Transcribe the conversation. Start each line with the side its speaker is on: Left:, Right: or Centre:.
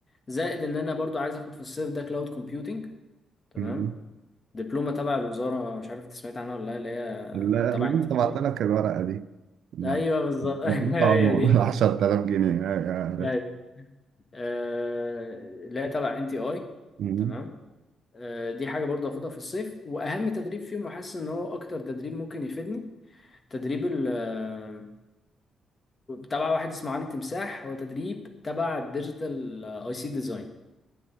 Left: زائد ان انا برضو عايز اخد في الصيف ده كلاود كومبيوتنج تمام؟
Right: مم.
Left: دبلومة تبع الوزارة مش عارف انت سمعت عنها ولا لا اللي هي
Right: لا لا
Left: تبع
Right: انا
Left: انتي
Right: طبعت
Left: اي
Right: لك الورقه دي لا
Left: ايوه بالظبط
Right: المفروض
Left: <laughs> هي
Right: طبعا
Left: دي
Right: <laughs> 10000 جنيه ايوه عرفت
Left: ايوه آه، اللي هي تبع انتي اي
Right: مم.
Left: تمام آه، دي حاجة برضه هاخدها في الصيف وأهم تدريب فيهم وحاسس إن هو أكتر تدريب ممكن يفيدني تدريب ال آه، تبع واحد اسمه علي تمساح هو تدريب تبع الديجيتال اي سي ديزاين